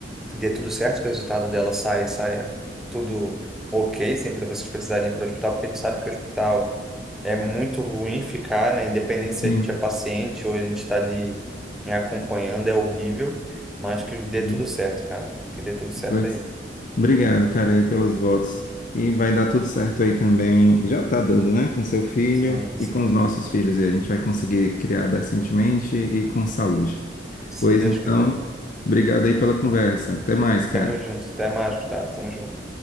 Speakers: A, in the centre; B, on the left (about 45°).
A: dê tudo certo, que o resultado dela saia, saia tudo ok, sempre vocês precisarem ir para o hospital, porque a gente sabe que o hospital é muito ruim ficar, né? Independente
B: sim.
A: se a gente é paciente ou a gente está ali né, acompanhando, é horrível, mas que dê
B: Uhum.
A: tudo certo, cara. Que dê tudo certo
B: Pois,
A: aí.
B: Obrigado, cara, aí pelos votos. E vai dar tudo certo aí também. Já tá dando, né? Com seu filho
A: Sim,
B: e
A: sim.
B: com os nossos filhos. E a gente vai conseguir criar decentemente e com saúde.
A: Se
B: Pois
A: Deus
B: então,
A: quiser.
B: obrigado aí pela conversa. Até mais, cara.
A: Tamo junto. Até mais, Gustavo. Tamo junto.